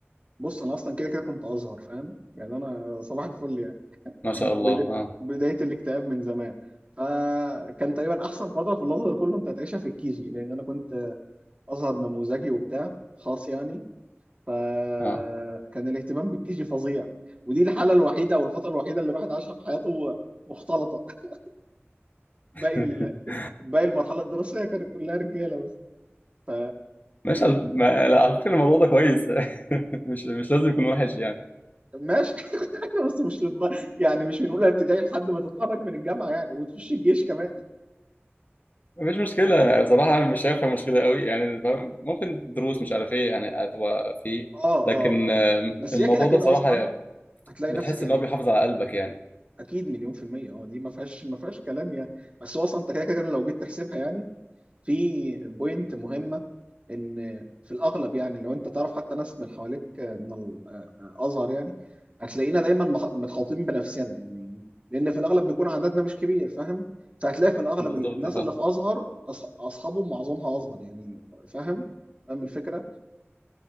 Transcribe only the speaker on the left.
ما شاء
الله اه
اه
<laughs>
ماشي على ما- لا، على فكره الموضوع ده كويس <laughs> مش مش لازم يكون وحش يعني
مفيش مشكله بصراحه انا مش شايفها مشكله قوي يعني فاهم؟ ممكن دروس مش عارف ايه يعني هتبقى فيه
لكن
آه،
الموضوع
ده بصراحه
بتحس
ان هو بيحافظ على قلبك يعني
بالظبط